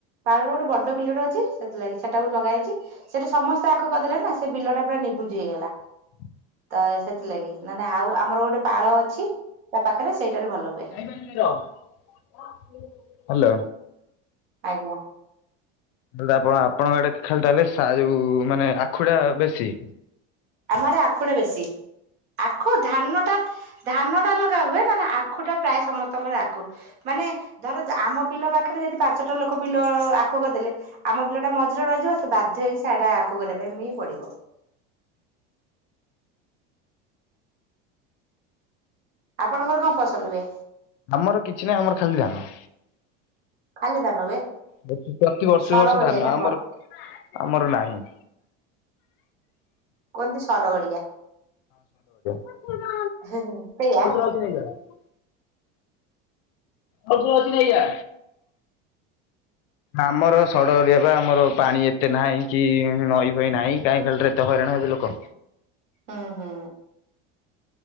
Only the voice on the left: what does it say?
<inaudible>
ହ୍ୟାଲୋ
ମୁଁ କହିଲି ଆପଣ ଆପଣଙ୍କ ଆଡେ ଖା ଖାଲି ତାହେଲେ ସାରୁ ମାନେ ଆଖୁ ଟା ବେଶୀ?
ଆମର କିଛି ନାହିଁ ଆମର ଖାଲି ଧାନ।
ପ୍ରତିି ପ୍ରତି ବର୍ଷକୁ
ବର୍ଷକୁ ଧାନ
ଆମର
ଆମର ନାହିଁ।
<unintelligible>
<unintelligible> ବୁଜି ହଉଚି ଆଜ୍ଞା ଆମର ସଡ଼ ଗଡିଆ ବା ଆମର ପାଣି ଏତେ ନାହିଁ କି ନଈ ଫଈ ନାହିଁ। କାଇଁ ଖାଲିଟାରେ ହଇରାଣ ହେବେ ଲୋକ।